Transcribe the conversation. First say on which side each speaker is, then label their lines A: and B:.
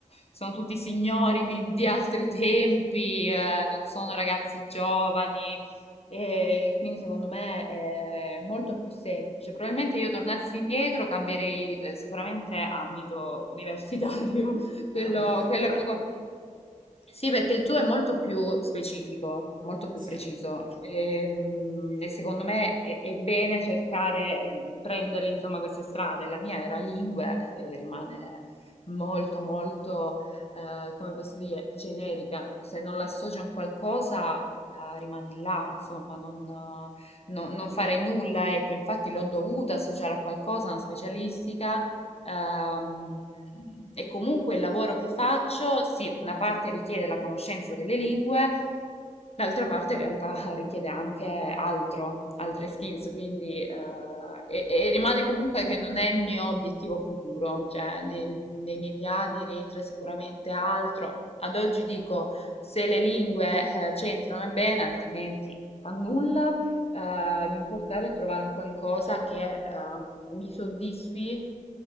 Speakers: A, on the left; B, on the right.
A: sono tutti signori di, di altri tempi, eh, non sono ragazzi giovani. E quindi secondo me è molto più semplice. Probabilmente io tornassi indietro cambierei eh, sicuramente ambito universitario, <laughs> quello,
B: <laughs> Ah, ecco,
A: quello è poco... Sì, perché il tuo è molto più specifico, molto più
B: sì.
A: preciso. Ehm, E, secondo me è, è bene cercare, prendere insomma queste strade. La mia era lingue e rimane molto molto eh, come posso dire, generica, se non l'associ a un qualcosa, eh, rimani là, insomma, non, eh, non- non farei nulla, ecco, infatti l'ho dovuta associare a qualcosa, a una specialistica, Ehm, e comunque il lavoro che faccio, sì, una parte richiede la conoscenza delle lingue, d'altra parte in realtà <laughs> richiede anche altro, altre skills, quindi eh, e, e rimane comunque che non è il mio obiettivo futuro, cioè nei, nei miei piani rientra sicuramente altro. Ad oggi dico se le lingue eh, c'entrano è bene, altrimenti fa nulla eh, l'importare è trovare un qualcosa che ehm, mi soddisfi,